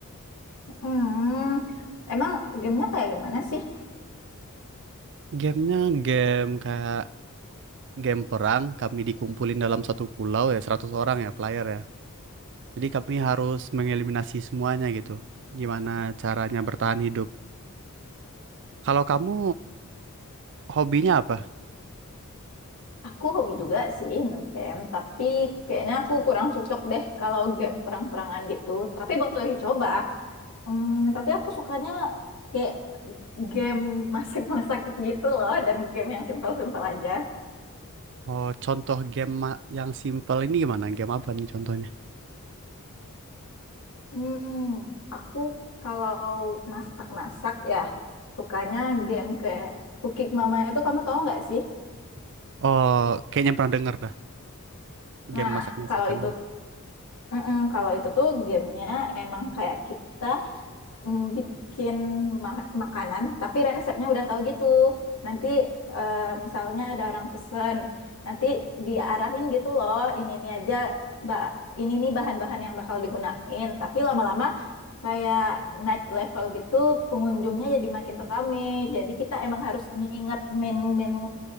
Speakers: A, on the left (about 85°); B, on the right (about 55°).
A: Hmm, emang gamenya kayak gimana sih?
B: Gamenya game kayak game perang, kami dikumpulin dalam satu pulau ya, 100 orang ya player ya. Jadi kami harus mengeliminasi semuanya gitu. Gimana caranya bertahan hidup. Kalau kamu hobinya apa?
A: Aku hobi juga sih ngegame, tapi kayaknya aku kurang cocok deh kalau game perang-perangan gitu. Tapi boleh dicoba. Hmm, tapi aku sukanya kayak game masak-masak gitu loh, dan game yang simpel-simpel aja.
B: Oh, contoh game ma- yang simple ini gimana? Game apa nih contohnya?
A: Hmm, aku kalau masak-masak ya sukanya game kayak Cooking Mama itu kamu tahu nggak sih?
B: Oh, kayaknya pernah denger dah game
A: Nah,
B: masak-masakannya.
A: kalau itu Mm-mm, kalau itu tuh gamenya emang kayak kita mm, bikin ma- makanan, tapi resepnya udah tahu gitu. Nanti eh, misalnya ada orang pesen, nanti diarahin gitu loh, ini ini aja, ba- ini nih bahan-bahan yang bakal digunain. Tapi lama-lama kayak naik level gitu, pengunjungnya jadi makin rame. Jadi kita emang harus nginget menu-menu